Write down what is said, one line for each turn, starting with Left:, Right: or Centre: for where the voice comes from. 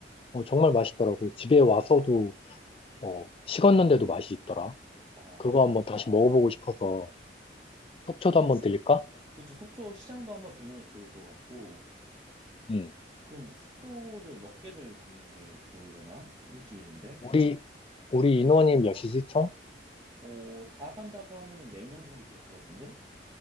Left: 어, 정말 맛있더라고. 집에 와서도, 어, 식었는데도 맛이 있더라.
Right: 아,
Left: 그거 한번 다시 먹어보고 싶어서 속초도
Right: 그럼
Left: 한번 들릴까?
Right: 그치 속초 시장도 한번 들르면 좋을 것 같고
Left: 응.
Right: 그럼 이제 숙소를 몇 개를 잡는 게 좋으려나? 일주일인데?
Left: 우리, 우리 인원이 몇이지, 총?
Right: 어, 다 간다고 하면은 4명 정도 될 것 같은데?